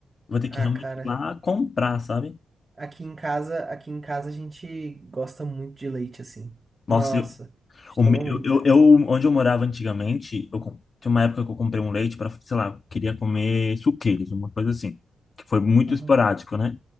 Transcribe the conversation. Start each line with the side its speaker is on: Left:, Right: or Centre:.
Left: Vou ter
Right: Ah,
Left: que realmente
Right: cara.
Left: ir lá comprar, sabe?
Right: Aqui em casa, aqui em casa a gente gosta muito de leite, assim.
Left: Nossa,
Right: Nossa,
Left: eu,
Right: a gente
Left: o
Right: toma
Left: me-
Right: muito.
Left: eu, eu, eu- onde eu morava antigamente, eu com- tinha uma época que eu comprei um leite para, sei lá, queria comer suqueiros, uma coisa assim, que foi muito
Right: Aham,
Left: esporádico, né?